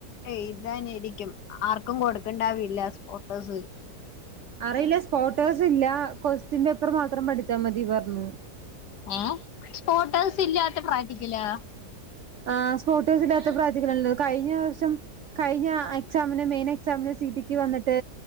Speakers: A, on the left (about 80°); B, on the right (about 65°).
A: എയ്താനേരിക്കും ആർക്കും കൊടുക്കണ്ടാവില്ല സ്പോട്ടോസ്
B: അറിയില്ല സ്പോട്ടോസ് ഇല്ല കൊസ്റ്റ്യൻ പേപ്പർ മാത്രം പഠിച്ചാ മതി പർഞ്ഞു
A: ഏ സ്പോട്ടേസില്ലാത്ത പ്രാക്റ്റിക്കലോ
B: ആ സ്പോട്ടോസ് ല്ലാത്ത പ്രാക്റ്റിക്കലാണല്ലോത് കയ്ഞ്ഞ വർഷം കഴിഞ്ഞ എക്സാമിന് മെയിൻ എക്സാമിന് സീറ്റിക്ക് വന്നിട്ട്